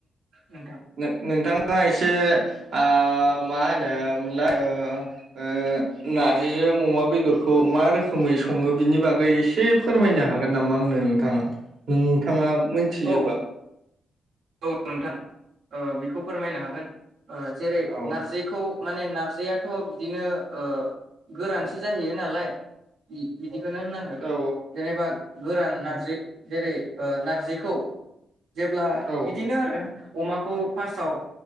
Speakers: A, on the right; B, on the right.
A: नोंथां
B: नो नोंथां थाङा एसे आ मा होनो मोनलाय ओ ओ नारजिजों अमा बेदरखौ मा रोखोमै सङो बिनि बागै एसे फोरमायनो हागो गोन नामा आंनो नोंथाङा नोंथाङा मोनथियोबा
A: औ औ नोंथां औ <unintelligible> खौ फोरमायनो हागोन ओ जेरै
B: औ
A: नारजिखौ माने नारजियाथ' बिदिनो ओ गोरानसो जाहैयो नालाय बिदिखोनो होननांगोन
B: औ
A: जेनेबा गोरान नारजि जेरै ओ नारजिखौ जेब्ला बिदिनो
B: औ
A: आरो अमाखौ फार्स्टआव